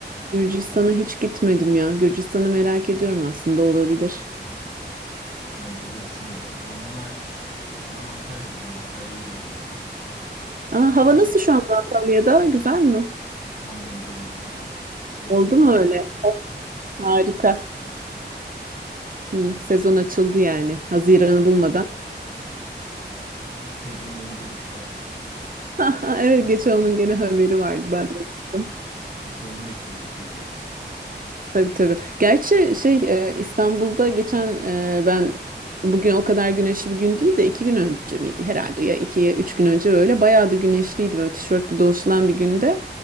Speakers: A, on the right; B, on the left.
A: Gürcistan'a hiç gitmedim ya. Gürcistan'ı merak ediyorum aslında olabilir.
B: B- Bence bir düşün derim. Ondan hariç şu an Antalya'dayım. Antalya'yı geziyorum.
A: Aa, hava
B: Hem
A: nasıl şu anda Antalya'da? Güzel mi?
B: tam denize girmelik artık. Denize
A: Oldu
B: girmedik.
A: mu öyle? Of,
B: Evet,
A: harika.
B: başladık.
A: İyi, sezon açıldı yani. Haziran'ı
B: Aa,
A: bulmadan.
B: Aynen. Fedon denize düştü artık.
A: <laughs> Evet geçen onun gene haberi vardı ben de gördüm.
B: Biz de onu bekliyorduk girmek için.
A: Tabii tabii. Gerçi şey e, İstanbul'da geçen e, ben bugün o kadar güneşli bir gün değil de iki gün önce miydi herhalde ya iki ya üç gün önce öyle bayağı da güneşliydi böyle tişörtle dolaşılan bir günde.